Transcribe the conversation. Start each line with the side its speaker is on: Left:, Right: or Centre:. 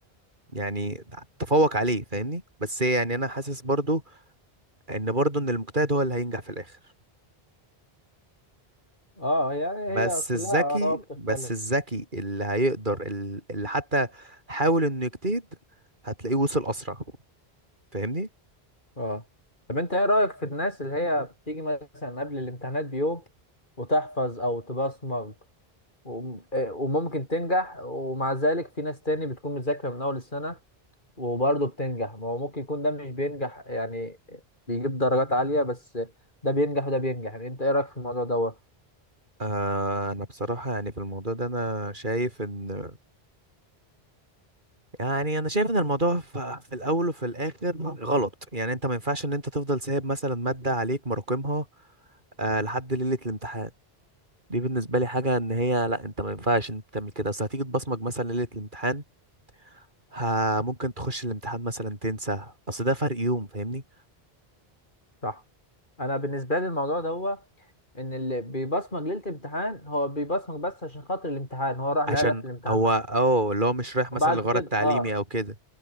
Right: يعني تفوق عليه فاهمني بس يعني انا حاسس برضو ان برضو ان المجتهد هو اللي هينجح في الاخر
Left: اه يعني
Right: بس
Left: هي كلها
Right: الذكي
Left: آراء بتختلف
Right: بس الذكي اللي هيقدر ال- اللي حتى حاول انه يجتهد هتلاقيه وصل اسرع فاهمني
Left: اه طب انت ايه رأيك في الناس اللي هي بتيجي مثلا قبل الامتحانات بيوم وتحفظ او تبصمج وم- آه، وممكن تنجح ومع ذلك في ناس تاني بتكون مذاكرة من اول السنة وبرضه بتنجح ما هو ممكن يكون ده مش بينجح يعني بيجيب درجات عالية بس ده بينجح وده بينجح يعني انت ايه رأيك في الموضوع دوت
Right: آه انا بصراحة يعني في الموضوع ده انا شايف ان يعني انا شايف ان الموضوع ف- في الاول وفي الاخر غلط يعني انت ما ينفعش ان انت تفضل سايب مثلا مادة عليك مراكمها آه لحد ليلة الامتحان دي بالنسبة لي حاجة ان هي لا انت ما ينفعش انت تعمل كده اصل هتيجي تبصمج مثلا ليلة الامتحان ها ممكن تخش الامتحان مثلا تنسى اصل ده فرق يوم فاهمني
Left: صح انا بالنسبة لي الموضوع دوت ان اللي بيبصمج ليلة الامتحان هو بيبصمج بس عشان خاطر الامتحان هو راح
Right: عشان
Left: لهدف الامتحان
Right: هو
Left: بقى
Right: اه اللي هو مش رايح
Left: وبعد
Right: مثلا لغرض
Left: كده
Right: تعليمي
Left: اه
Right: او كده